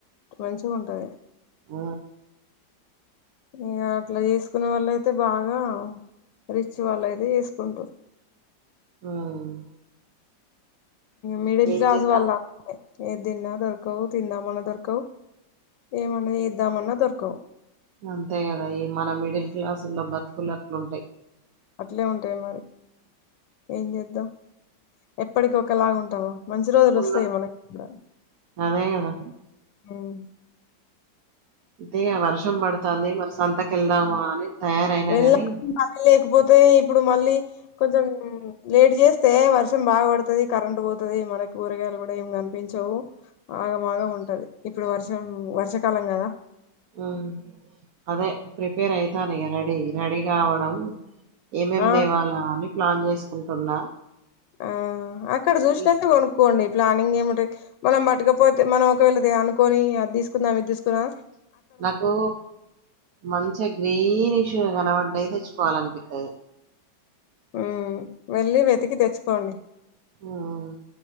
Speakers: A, on the left; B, on the right.
A: మంచిగుంటది
B: ఊ
A: ఇగ అట్లా జేసుకునే వాళ్ళయితే బాగా రిచ్ వాళ్ళయితే జేసుకుంటారు
B: ఉమ్
A: మిడిల్
B: ఏం
A: క్లాస్
B: చేద్దాం?
A: వాళ్ల ఏదిన్నా దరకవు తిందామన్నా దరకవు ఏమన్న ఏద్దామన్నా దరకవు
B: అంతే కదా ఈ మన మిడిల్ క్లాసు లో బతుకులు అట్లుంటాయి
A: అట్లే ఉంటాయి మరి ఏం చేద్దాం ఎప్పటికి ఒకలాగ ఉంటామా మంచి రోజులు
B: ఉండవు.
A: వస్తాయి మనకి కూడా
B: అదే గదా!
A: ఉమ్
B: అంతే వర్షం పడుతుంది మరి సంతక వెళ్దాము అని తయారైనా
A: వెళ్ళా
B: గాని
A: మళ లేకపోతే ఇప్పుడు మళ్ళీ కొంచెం లేట్ చేస్తే వర్షం బాగా పడుతుది కరెంట్ పోతుంది మనకి కూరగాయలు కూడా ఏమి కనిపించవు ఆగమాగం ఉంటది ఇప్పుడు వర్షం వర్షాకాలం కదా
B: ఉమ్ అదే ప్రిపేర్ అయితాను ఇక రెడీ రెడీ కావడం ఏమేం
A: ఆ
B: దేవాలా అని ప్లాన్ చేసుకుంటున్నా
A: ఆ అక్కడ
B: అవి
A: చూసినకతే
B: తీస్
A: కొనుక్కోండి ప్లానింగ్ ఏముంటాది మనం పట్కపోతే మనం ఒకవేళ అనుకొని అది తీసుకుందాం ఇది తీసుకున్నా
B: నాకు మంచిగా గ్రీన్ ఇష్యూ కనబడడియి తెచ్చుకోవాలనిపించది
A: ఉమ్ వెళ్ళి వెతికి తెచ్చుకోండి
B: ఉమ్